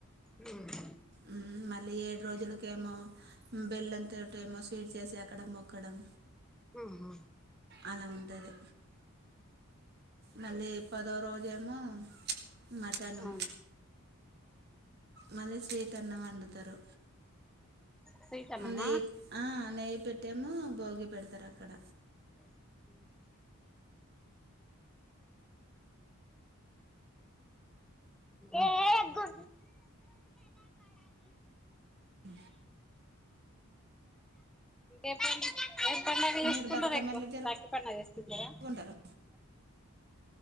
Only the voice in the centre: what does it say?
హ్మ్
ఊహూ
అవును
స్వీటన్నమా
ఉమ్మ్ అవునా
ఏటన్ ఏ పండుగ చేస్తుంటారా
ఎక్కువ రాకీ పడుగ చేస్తుంటారా